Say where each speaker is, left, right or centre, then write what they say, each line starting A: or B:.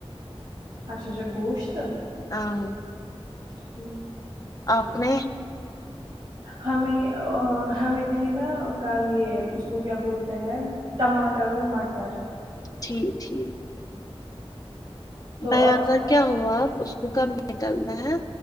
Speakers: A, on the right; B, on the left.
A: اچھا اچھا گوشت
B: اں
A: ٹھیک
B: آپ نے
A: ہمیں ہمیں تھی نا کل یے اس کو کیا بولتے ہیں ٹماٹر اور مٹر
B: ٹھیک ٹھیک
A: تو
B: بیا
A: آج
B: کا کیا ہوا آب اس کو کب نکلنا ہے